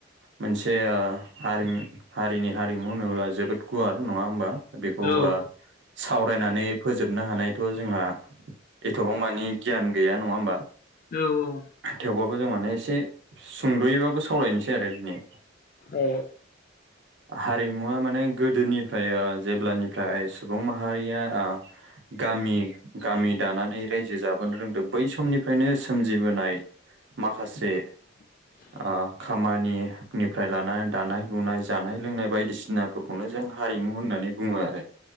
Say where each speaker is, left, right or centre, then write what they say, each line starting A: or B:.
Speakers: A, on the right (about 70°); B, on the left (about 45°).
A: मोनसे हारि हारिनि हारिमु होनोब्ला जोबोद गुवार नङा होमबा। बेखौ
B: औ
A: ओ सावरायनानै फोजोबनो हानायथ' जोंहा एथ'बां मानि गियान गैया नङा होमबा।
B: औ औ
A: थेवबाबो जों माने एसे सुंद'योबाबो सावरायायनोसै आरो दिनै
B: औ
A: हारिमुवा माने गोदोनिफ्राय ओ जेब्लानिफ्राय सु बुं माहारिया ओ गामि गामि दानानै रायजो जाबोनो रोंदों बै समनिफ्रायनो सोमजिबोनाय माखासे
B: <inaudible>
A: ओ खामानिनिफ्राय लानानै दानाय लुनाय जानाय लोंनाय बायदिसिना फोरखौनो जों हारिमु होननानै बुङो आरो